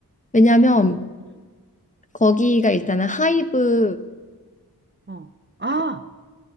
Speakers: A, on the left (about 20°); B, on the right (about 30°).
A: 왜냐면
B: 뭐, 음.
A: 거기가 일단은 하이브
B: 어. 아,
A: 그